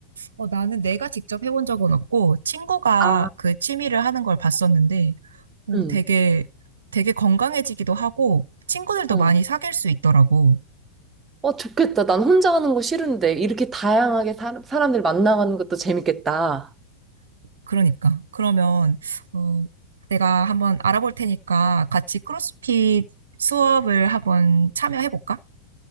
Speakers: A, on the right (about 65°); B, on the right (about 20°).
A: 어, 나는 내가 직접 해본 적은 없고, 친구가
B: 아,
A: 그 취미를 하는 걸 봤었는데, 어,
B: 응.
A: 되게, 되게 건강해지기도 하고, 친구들도
B: 어.
A: 많이 사귈 수 있더라고.
B: 어, 좋겠다. 난 혼자 하는 거 싫은데, 이렇게 다양하게 사, 사람들 만나가는 것도 재밌겠다.
A: 그러니까. 그러면, 어, 내가 한번 알아볼 테니까 같이 크로스핏 수업을 한번 참여해볼까?